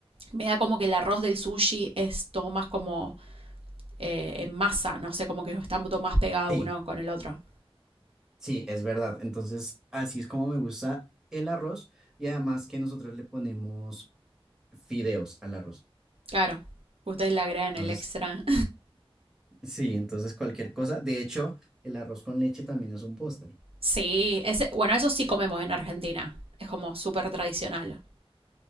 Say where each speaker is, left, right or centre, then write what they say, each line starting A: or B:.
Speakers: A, on the right; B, in the centre.
A: Me da como que el arroz del sushi es todo más como eh, en masa, no sé, como que están todo más pegado
B: Sí,
A: uno con el otro.
B: sí, es verdad. Entonces, así es como me gusta el arroz y además que nosotros le ponemos fideos al arroz.
A: Claro, ustedes le agregan
B: Entonces,
A: el extra.
B: sí, entonces cualquier cosa. De hecho, el arroz con leche también es un postre.
A: Sí, ese, bueno, eso sí comemos en Argentina. Es como súper tradicional.